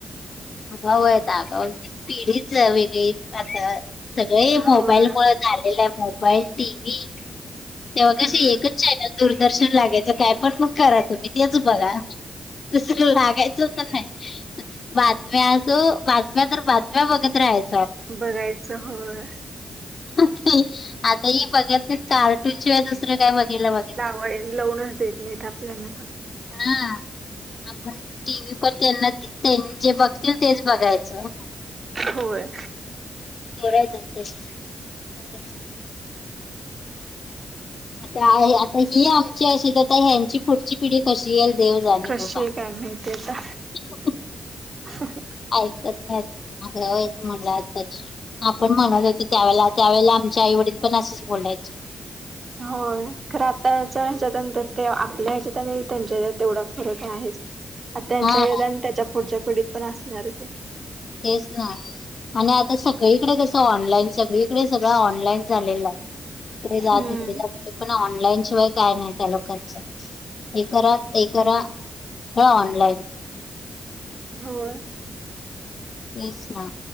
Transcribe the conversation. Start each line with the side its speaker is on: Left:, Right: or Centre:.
Left: आगावयेत आगाव, पिढीच वेगळी. आता सगळे मोबाईल
Right: होय
Left: मुळ झालेल आहे मोबाईल टीव्ही तेव्हा कसे
Right: हम्म
Left: एकच चॅनल दूरदर्शन लागायचं. काय पण मग करा तुम्ही तेच बघा. दुसर लागायचं तर नाही. आता मी असो बातम्या तर बातम्या बघत राहायच.
Right: बघायचं होय.
Left: आता ही बघत नाही. कार्टून शिवाय दुसरं काय बघायला बघतात.
Right: <unintelligible> लउनच देत नइत आपल्याला पण
Left: हा आपण टीव्ही पण त्यांन तेनी जे बघतील तेच बगायचं.
Right: होय.
Left: <unintelligible> काय आता ही आमची अशी गत हाय, आता ह्यांची पुढची पिढी कशी येईल देव जाणे
Right: कशी
Left: बाबा
Right: ये काय माहिती आता.
Left: <unintelligible>
Right: <unintelligible>
Left: ऐकत नायत. आगरवायत मुल आत्ताची. आपण म्हणत होतो त्यावेळेला, त्यावेेळेला आमचे आईवडील पण असंच बोलायचे.
Right: होय खरं आता याच्या हेज्यात आणि ते आपल्या हेज्यात आणि त्यांच्या हेजेत तेवडा फरक आहेच. आ तेंच्या
Left: हा
Right: हेजात आणि तेच्या पुढच्या पिढीत पण असणारचय.
Left: तेच ना. आणि आता सगळीकडे कसं, ऑनलाईन. सगळीकडे सगळं, ऑनलाईन झालेलाय ईकडे जा,
Right: हम्म
Left: तिकडे जा. कुठं पण, ऑनलाईन शिवाय काय नाय. त्या लोकांच. हे करा, ते करा. करा ऑनलाईन.
Right: होय.
Left: तेच ना.